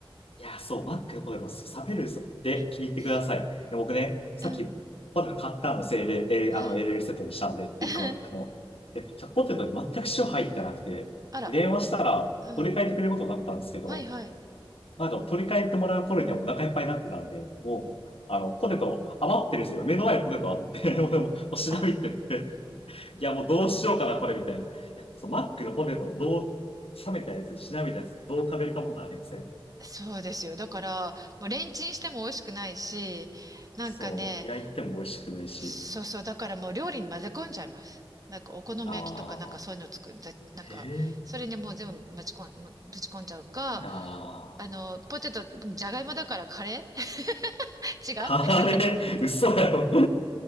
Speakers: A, on the left; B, on the right.
A: いや、そう、マックのポテト、そう、冷めるんですよ。で、聞いてください。
B: <laughs>
A: で僕ね、さっきポテト買ったんです。
B: うん。
A: L、L、
B: はい。
A: あの、l ルエルセットにしたんで、ビッグマックの。
B: <laughs>
A: で、じゃあポテトに全く塩入ってなくて、
B: あら。
A: 電話したら取り替えてくれることになったんですけど、
B: うん。はいはい。
A: なんか取り替えてもらう頃にはもうお腹いっぱいになってたんで、もう、あの、ポテト余ってるんですよ。目の前にポテトあって、<laughs> でもう調べてて
B: あら、<laughs>
A: いや、もうどうしようかな、これみたいな。いや、そう、マックのポテトどう、冷めたやつ、しなびたやつ、どう食べるかもなりません。
B: そうですよ。だから、もうレンチンしても美味しくないし、なんかね、
A: そう、焼いても美味しくないし。
B: そうそう、だからもう料理に混ぜ込んじゃいます。なんかお好み焼きとかなんかそういうの作る、
A: ああ、
B: ぜなんか、
A: ええ
B: それにもう全部ぶち込ん、むぶち込んじゃうか、
A: ー、なあ。
B: あの、ポテト、じゃがいもだからカレー <laughs> 違う
A: カレー、嘘やろ。<laughs>